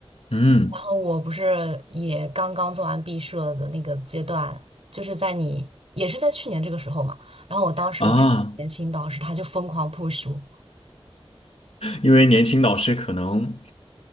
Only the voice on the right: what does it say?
然后我不是也刚刚做完毕设的那个阶段，就是在你也是在去年这个时候嘛。然后我当时我是年轻导师，
他就疯狂 push 我，